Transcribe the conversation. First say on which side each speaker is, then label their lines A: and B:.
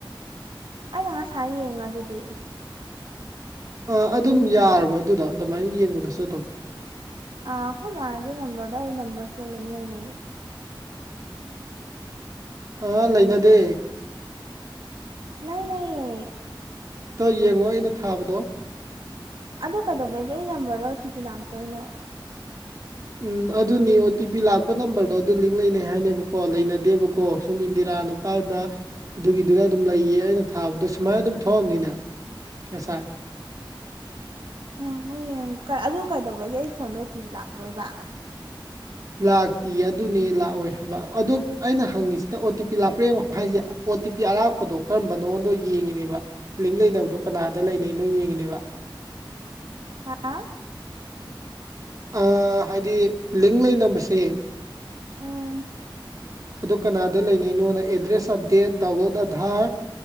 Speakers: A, on the right; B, on the right.
A: ꯑꯩꯅ ꯉꯁꯥꯏ ꯌꯦꯡꯉ ꯑꯗꯨꯗꯤ
B: ꯑ ꯑꯗꯨꯝ ꯌꯥꯔꯕ ꯑꯗꯨꯗ ꯑꯗꯨꯃꯥꯏꯅ ꯌꯦꯡꯕꯗꯁꯨ ꯑꯗꯨꯝ
A: ꯑ ꯑꯩꯈꯣꯏ ꯃꯥꯒꯤ ꯅꯝꯕꯔꯗꯣ ꯑꯩ ꯅꯝꯕꯔꯁꯤꯗ ꯂꯤꯡ ꯂꯩꯅꯩꯌꯦ
B: ꯑꯥ ꯂꯩꯅꯗꯦ
A: ꯂꯩꯅꯩꯌꯦ
B: ꯇꯣ ꯌꯦꯡꯉꯣ ꯑꯩꯅ ꯊꯥꯕꯗꯣ
A: ꯑꯗ‌ꯣ ꯀꯩꯗꯧꯕꯩꯒꯤ ꯑꯩ ꯅꯝꯕꯔꯗ ꯑꯣ ꯇꯤ ꯄꯤ ꯂꯥꯛꯇꯣꯏꯅꯣ
B: ꯎꯝ ꯑꯗꯨꯅꯤ ꯑꯣ ꯇꯤ ꯄꯤ ꯂꯥꯛꯄ ꯅꯝꯕꯔꯗꯣ ꯑꯗꯨ ꯂꯤꯡ ꯂꯩꯅꯩ ꯍꯥꯏꯅꯦꯕꯀꯣ ꯂꯩꯅꯗꯦꯕꯀꯣ ꯁꯨꯝ ꯏꯟꯗꯤꯔꯥꯅ ꯄꯥꯏꯕ ꯑꯗꯨꯒꯤꯗꯨꯗ ꯑꯗꯨꯝ ꯂꯩꯌꯦ ꯑꯩꯅ ꯊꯥꯕꯗꯣ ꯁꯨꯃꯥꯏꯅ ꯑꯗꯨꯝ ꯊꯣꯛꯑꯕꯅꯤꯅꯦ ꯉꯁꯥꯏ
A: ꯑ ꯍꯣꯏꯌꯦꯡ ꯑꯗꯨ ꯀꯩꯗꯧꯕꯒꯤ ꯑꯩ ꯐꯣꯟꯗꯣ ꯑꯣꯇꯤꯚꯤ ꯂꯥꯛꯇꯣꯏꯕ
B: ꯂꯥꯛꯇꯤꯌ‌ꯦ ꯑꯗꯨꯅꯦ ꯂꯥꯛꯑꯣꯏ ꯍꯥꯏꯕ ꯑꯗꯨ ꯑꯩꯅ ꯍꯪꯉꯤꯁꯤꯅ ꯑꯣ ꯇꯤ ꯄꯤ ꯂꯥꯛꯄ꯭ꯔ ꯌꯦꯡꯉ‌ꯣ ꯍꯥꯏꯁꯦ ꯑꯣ ꯇꯤ ꯄꯤ ꯑꯔꯥꯛꯄꯗꯣ ꯀꯔꯝꯕꯅꯣꯗꯣ ꯌꯦꯡꯉꯤꯅꯦꯕ ꯂꯤꯡ ꯂꯩꯅꯕꯗꯣ ꯀꯅꯥꯗ ꯂꯩꯅꯩꯅꯣ ꯌꯦꯡꯉꯤꯅꯦꯕ
A: ꯍꯥꯥ
B: ꯑꯥ ꯍꯥꯏꯗꯤ ꯂꯤꯡ ꯂꯩꯅꯕꯁꯦ
A: ꯎꯝ
B: ꯑꯗꯨ ꯀꯅꯥꯗ ꯂꯩꯅꯩꯅꯣꯅ ꯑꯦꯗ꯭ꯔꯦꯁ ꯑꯞꯗꯦꯠ ꯗꯥꯎꯟꯂꯣꯠ ꯑꯗꯥꯥꯔ